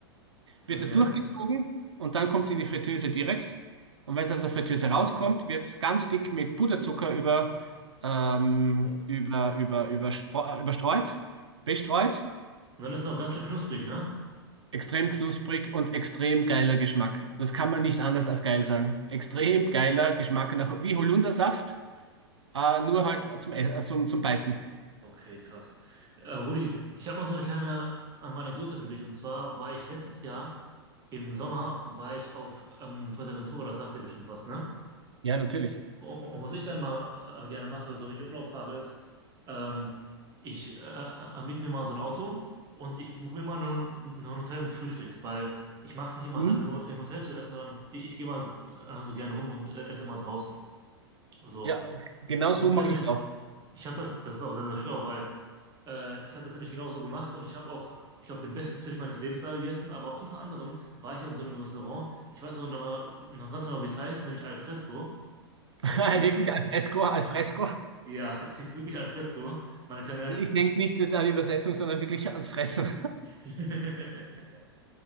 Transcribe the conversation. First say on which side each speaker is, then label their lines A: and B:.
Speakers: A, on the right (about 85°); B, on the right (about 25°).
A: wird
B: okay.
A: es durchgezogen und dann kommt es in die Fritteuse direkt. Und wenn es aus der Fritteuse
B: Oh, lecker.
A: rauskommt, wird es ganz dick mit Puderzucker über, ähm,
B: Und
A: über, über, überspro- äh, überstreut, bestreut.
B: dann ist es auch ganz schön knusprig, ne?
A: Extrem knusprig und extrem geiler Geschmack. Das kann man nicht anders als geil sagen. Extrem geiler Geschmack nach, wie Holundersaft, äh, nur halt zum, Ess- äh, zum, zum Beißen.
B: Okay, krass. Äh, Rudi, ich habe mal so eine kleine ähm, Anekdote für dich. Und zwar war ich letztes Jahr im Sommer, war ich auf ähm, Fuerteventura, das sagt dir bestimmt was, ne?
A: Ja, natürlich.
B: Und, und was ich dann mal äh, gerne mache, so wenn ich in Urlaub fahre, ist, ähm, ich äh, äh, miete mir mal so ein Auto und ich buche mir immer nur, nur ein Hotel mit Frühstück, weil ich mag es nicht immer
A: Mhm.
B: halt nur im Hotel zu essen, sondern ich, ich gehe mal äh, so gerne rum und äh, esse immer draußen. So.
A: Ja, genau
B: Und
A: so mag
B: ich habe
A: ich
B: nicht,
A: es auch.
B: ich hab das, das ist auch sehr, sehr schlau, weil Äh, ich habe das nämlich genauso gemacht und ich habe auch, ich glaube, den besten Fisch meines Lebens da gegessen. Aber unter anderem war ich in so einem Restaurant. Ich weiß auch noch, noch ganz genau, wie es heißt, nämlich Alfresco.
A: <laughs>
B: Ja,
A: Wirklich al fresco, al fresco.
B: ja, es hieß wirklich Alfresco, meine kleine.
A: Ich denke nicht an die Übersetzung, sondern wirklich ans Fressen.
B: <laughs>